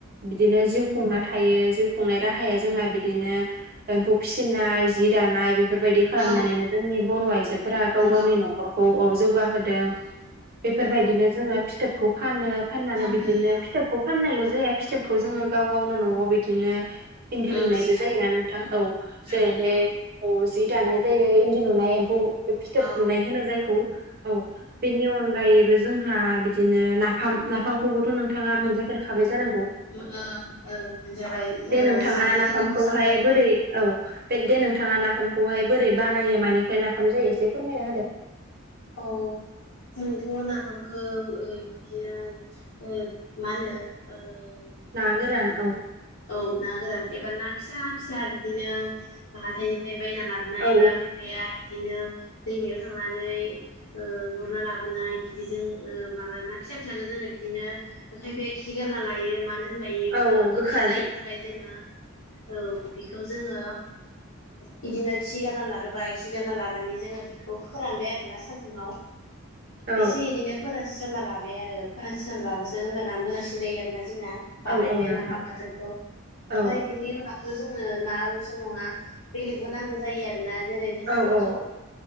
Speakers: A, on the right; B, on the left.
A: बिदिनो जिउ खुंना जिउ खुंनाय राहाया जोंना बिदिनो एम्फौ फिसिनाय जि दानाय बे बेफोरबायदि खालामनानैनो
B: औ
A: जोंनि बर आइजोफोरा गाव
B: नंगौ
A: गावनि नखरखौ जौगाहोदों बेफोरबायदिनो
B: औ
A: जोंङो फिथोबखौ फानो फाननानै
B: फानो
A: बिदिनो
B: आरो आं
A: फिथोबखौ फाननायल जेहाय फिथोबखौ जोंङो गाव गावनो नआव बिदिनो इन्दि
B: औ
A: लुनायबो
B: जि दान
A: जायोना नोंथां
B: उम
A: औ जेरैहाय
B: औ नंगौ
A: जि दानाय जायो इन्दि लुनाय फिथोब
B: औ
A: लुनाय होनो जायखौ औ बेनि अनगायैबो जोंहा बिदिनो नाफाम ना नाफामखौबोथ नोंथाङा मोनजाफेरखाबाय जानांगौ
B: ओं ओं मोनजाबाय
A: दे
B: ओ
A: नों
B: जानायालाय
A: नाफाम
B: गोबाव
A: खौहाय
B: जाबाय आरोना
A: बोरै दे नोंथाङा नाफामखौहाय बोरै बानायो मानिफ्राय नाफाम जायो एसे फोरमायना होदो
B: औ जोंथ नाफामखौ बिदिनो मा होनो
A: ना गोरान औ
B: औ ना गोरान एबा ना फिसा फिसा बिदिनो हाथायनिफ्राय बायना लाबनाय
A: औ
B: एबा खायफाया बिदिनो दैमायाव थांनानै गुरना लाबोनाय बिदिजों माबाना फिसा फिसाखो जोंङो बिदिनो खायफाया खि गारना लायो मानो होनबा
A: औ औ गोखा
B: खा जायैनि थाखाय जोंङो औ बेखौ जोंङो बिदिनो खि गारना ला <unintelligible> गोबाय बाय खि गानना लानानै जोंङो बेखौ बेखौ फोरानबाय आरोना सान्दुंङाव
A: औ
B: एसे इदिनो फोरानस्रना लाबाय आरो फोरानस्रना लाबोसो हबाना मोजांसिन जायो आरोना ज जोंना बानायनो
A: औ औ नोंथां
B: नाफाम फाथोनखौ ओमफफ्राय
A: औ
B: बिनि उनाव जोङनो ना आब'सो नंङा बेलेगबो नांगौ जायो आरोना जेरै जोंना
A: औ
B: थास'
A: औ